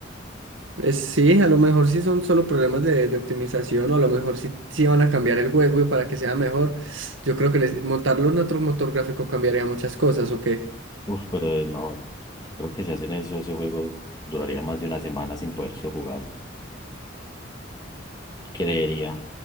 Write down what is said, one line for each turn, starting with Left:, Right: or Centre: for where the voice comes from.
Right: Es, sí, a lo mejor sí son solo problemas de, de optimización o a lo mejor sí, sí van a cambiar el juego y para que sea mejor. Yo creo que les- montarlo en otro motor gráfico cambiaría muchas cosas, ¿o qué?
Left: Uf, pero eh, no, creo que si hacen eso, ese juego duraría más de una semana sin poderse jugar, creería.